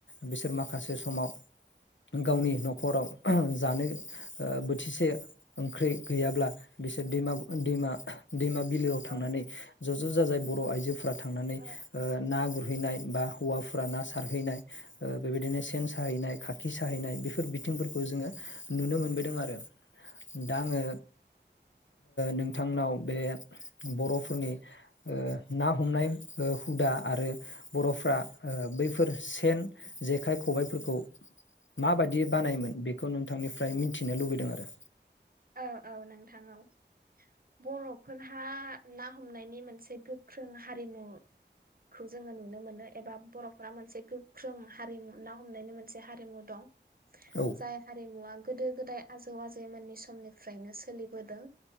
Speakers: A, on the left; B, on the right.
A: बिसोर मा माखासे समाव गावनि न'खराव जानो ओ बोथिसे ओंख्रि गैयाब्ला बिसोर दैमा
B: औ
A: दैमा दैमा बिलोआव
B: औ
A: थांनानै
B: औ
A: ज'ज' जाजाय बर' आइजो थांनानै
B: औ
A: ओ ना गुर गुरहैनाय बा हौवाफोरा ना सारहैनाय ओ बेबायदिनो सेन साहैनाय काकिस थाहैनाय बेफोर बिथिंफोरखौ जोङो। नुनो मोनबोदों आरो दा आङो। नोंथांनाव बे बर'फोरनि ओ ना हमनाय ओ हुदा आरो बर'फ्रा ओ बैफोर सेन जेखाइ खबायफोरखौ <inaudible> माबायदि बानायोमोन बेखौ नोंथांनि ओमफ्राय मिनथिनो लुबैदों आरो
B: औ औ नोंथां ओव बर'फोरहा ना हमनायनि मोनसे गोख्रों हारिमुखौ जोङो नुनो मोनो एबा बर'फोरा मोनसे गोख्रों हारिमु ना हमनायनि मोनसे हारिमु दं
A: औ
B: जाय हारिमुवा गोदो गोदाय आजौ आजै मोननि सम समनिफ्रायनो सोलिबोदों।